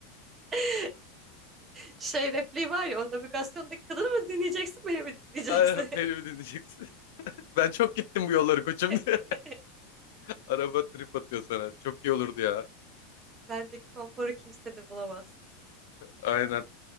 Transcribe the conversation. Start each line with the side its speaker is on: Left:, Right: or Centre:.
Right: <laughs> Şey repliği var ya o navigasyonda kadını mı dinleyeceksin beni mi
Left: <laughs>
Right: dinleyeceksin?
Left: Aynen beni mi dinleyeceksin? <laughs> Ben çok gittim bu yolları koçum
Right: <laughs>
Left: diye. <laughs> Araba trip atıyor sana. Çok iyi olurdu ya.
Right: Bendeki konforu kimse de bulamaz.
Left: Aynen.